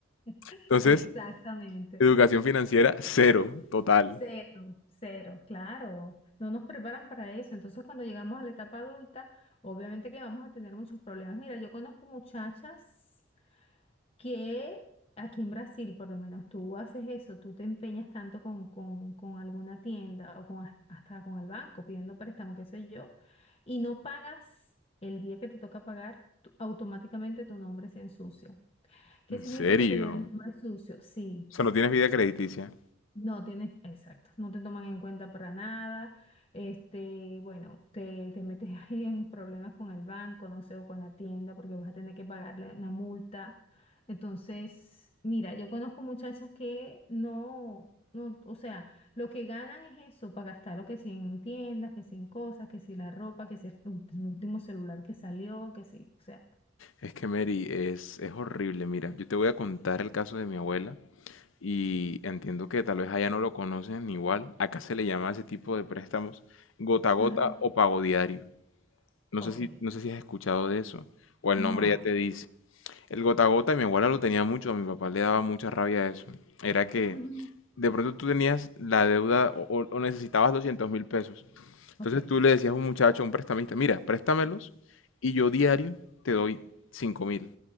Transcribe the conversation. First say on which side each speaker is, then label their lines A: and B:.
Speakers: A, on the left; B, on the left.
A: <laughs>
B: Entonces,
A: Exactamente.
B: educación financiera, cero, total.
A: Cero, cero, claro. No nos preparan para eso. Entonces, cuando llegamos a la etapa adulta, obviamente que vamos a tener muchos problemas. Mira, yo conozco muchachas. que aquí en Brasil, por lo menos, tú haces eso, tú te empeñas tanto con, con- con alguna tienda o con, has- hasta con el banco pidiendo préstamo, qué sé yo, y no pagas el día que te toca pagar, tú- automáticamente tu nombre se ensucia. ¿Qué
B: ¿En
A: significa
B: serio?
A: tener un nombre sucio? Sí.
B: O sea, no tienes vida crediticia.
A: No tienes, exacto, no te toman en cuenta para nada. Este, bueno, te, te metes <laughs> ahí en problemas con el banco, no sé, o con la tienda, porque vas a tener que pagarle una multa. Entonces, mira, yo conozco muchachas que no, no, o sea, lo que ganan es eso, para gastar lo que si en tiendas, que si en cosas, que si la ropa, que si el ulti- último celular que salió, que si, o sea,
B: Es que Mary, es, es horrible. Mira, yo te voy a contar el caso de mi abuela y entiendo que tal vez allá no lo conocen igual. Acá se le llama a ese tipo de préstamos gota a gota
A: ajá,
B: o pago diario. No
A: ok,
B: sé si, no sé si has escuchado de eso o el
A: no,
B: nombre ya te dice. El gota a gota, mi abuela lo tenía mucho, a mi papá le daba mucha rabia eso. Era que
A: ujú,
B: de pronto tú tenías la deuda o, o- o necesitabas 200 mil pesos entonces
A: ok,
B: tú le decías a un muchacho, a un prestamista, mira, préstamelos y yo diario te doy 5 mil,